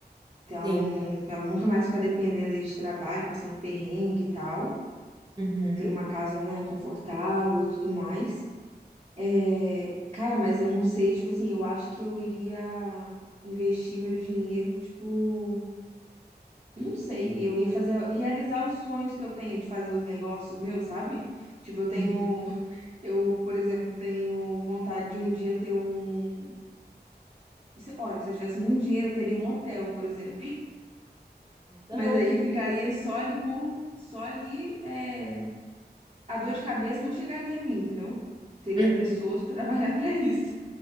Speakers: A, on the right; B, on the right.
A: Então,
B: Sim.
A: pra ela nunca mais ficar dependendo aí de trabalho, passando perrengue e tal.
B: Uhum.
A: Ter uma casa, né, confortável e tudo mais. É, cara, mas eu não sei, tipo assim, eu acho que eu iria investir meu dinheiro, tipo, não sei, eu ia fazer, realizar os sonhos que eu tenho de fazer os negócios meus, sabe? Tipo, eu tenho
B: Uhum.
A: Eu, por exemplo, tenho vontade de um dia ter um. se- Olha, se eu tivesse muito dinheiro, eu teria um hotel, por exemplo.
B: Legal.
A: Mas aí ficaria só ali por. Só ali. é, A dor de cabeça não chegaria a mim, entendeu? Teria
B: Uhum.
A: pessoas para trabalhar <laughs> para isso.